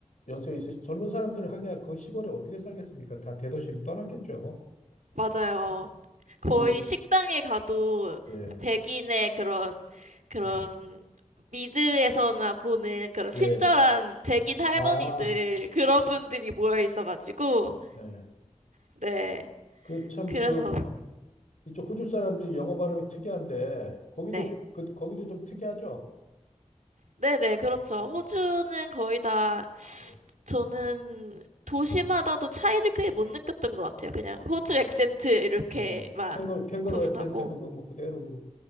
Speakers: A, on the left; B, on the right.
A: 연세 있으신 젊은 사람들 하기야 그 시골에 어떻게 살겠습니까? 다 대도시로 떠났겠죠.
B: 맞아요.
A: 그리고
B: 음. 거의 식당에 가도
A: 예.
B: 백인의 그런, 그런,
A: 예.
B: 미드에서나 보는 그런 친절한
A: 예.
B: 백인 할머니들,
A: 아,
B: 그런 분들이 모여 있어가지고,
A: 예.
B: 네.
A: 그 참
B: 그래서,
A: 그 이쪽 호주 사람도 영어 발음이 특이한데 거기도
B: 네.
A: 그 거기도 좀 특이하죠.
B: 네네, 그렇죠.
A: 예.
B: 호주는 거의 다
A: 예.
B: 저는 도시마다도 차이를 크게 못 느꼈던 것 같아요. 그냥 호주
A: 아,
B: 액센트 이렇게만
A: 네. 캥거루 캥거루
B: 구분하고.
A: 액센트 그거 뭐 그대로 그-